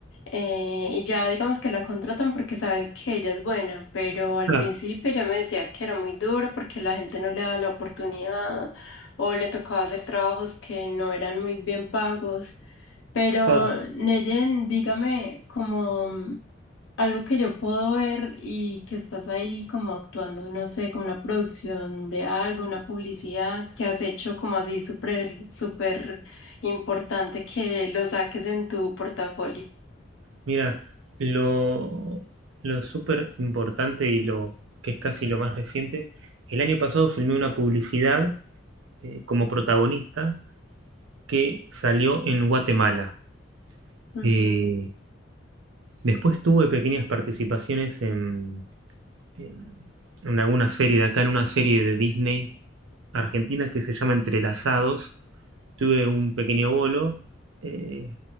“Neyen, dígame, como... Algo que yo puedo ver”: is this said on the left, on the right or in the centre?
Left